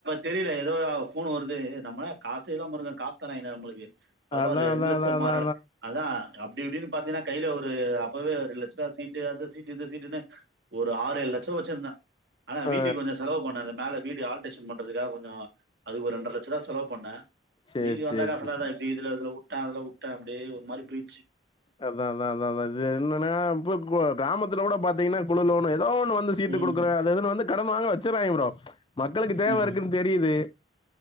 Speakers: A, on the right (about 70°); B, on the left (about 25°).
A: தெரியில ஏதோ ஆ ஃபோன் வருது நம்ம காசே இல்லாம இருந்தோ காசு தராங்கடா நம்மளுக்கு பரவாயில்லயே
B: அதா
A: ரெண்டு
B: அதா
A: லச்ச
B: அதா அதா
A: மாற அதா அப்டி இப்டின்னு பாத்தீங்கன்னா கையில ஒரு அப்பவே ஒரு லட்ச ரூவா சீட்டு அந்த சீட்டு் இந்த சீட்டுன்னு ஒரு ஆறு ஏழு லட்ச வெச்சுருந்தே ஆனா
B: ஆ
A: வீட்டுக்கு கொஞ்ச செலவு பண்ணாங்கன் மேல வீடு ஆல்ட்ரேஷன் பண்றதுக்காக கொஞ்ச அதுக்கு ஒரு ரெண்டர லட்ச ருவா செலவு பண்ணே
B: சேரி
A: மீதி வந்த
B: சேரி
A: காசெல்லா
B: சேரி
A: தா இப்பி இதுல இதுல வுட்டே அதுல வுட்டே அப்டி ஒரு மாரி போயிடுச்சு
B: அதா அதா அதா அதா இது என்னன்னா இப்ப <unintelligible> கிராமத்துல கூட பாத்தீங்கன்னா இவ்ளோ லோனு ஏதோ ஒண்ணு வ ந்து சீட்டு
A: ம்.
B: கொடுக்குறே அது இதுன் வந்து கடன் வாங்க வெச்சுறாய்ங்க ப்ரோ மக்களுக்கு தேவ
A: ம்.
B: இருக்குன் தெரியுது